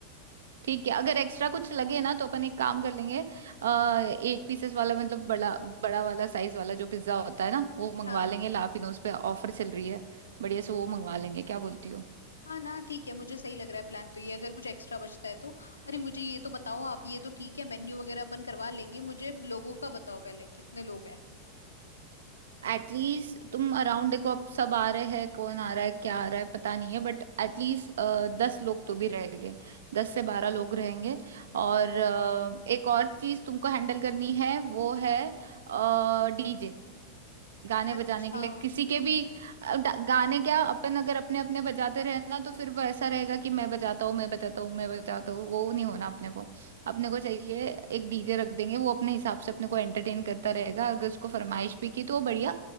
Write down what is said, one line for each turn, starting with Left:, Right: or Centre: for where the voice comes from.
Right: ठीक है अगर एक्स्ट्रा कुछ लगे ना तो अपन एक काम कर लेंगे आ, एट पीसेस वाला मतलब बड़ा बड़ा वाला साइज वाला जो पिज्जा होता है ना वो मंगवा
Left: हाँ
Right: लेंगे लापिनोज पे ऑफर चल रही है बढ़िया से वो मंगवा लेंगे क्या बोलती हो
Left: हाँ ना ठीक है मुझे सही लग रहा है प्लान तो ये अगर कुछ एक्स्ट्रा बचता है तो अरे मुझे ये तो बताओ आप ये तो ठीक है मेन्यू वगैरह अपन करवा लेंगे मुझे लोगों का बताओ पहले कितने लोग हैं
Right: एटलीस्ट तुम अराउंड देखो अब सब आ रहे हैं कौन आ रहा है क्या आ रहा है पता नहीं है बट एटलीस्ट दस लोग तो भी रहेंगे दस से बारह लोग रहेंगे
Left: हम्म
Right: और अ, एक और चीज तुमको हैंडल करनी है वो
Left: हम्म
Right: है डीजे गाने
Left: अच्छा
Right: बजाने के लिए किसी के भी अ, डा- गाने क्या अपन अगर अपने अपने बजाते रहे ना तो फिर वो ऐसा रहेगा कि मैं बजाता हूँ मैं बजाता हूँ मैं बजाता हूँ वो नहीं होना अपने को अपने को चाहिए एक डीजे रख देंगे वो अपने हिसाब से अपने को एंटरटेन करता रहेगा अगर उसको फरमाइश भी की तो वो बढ़िया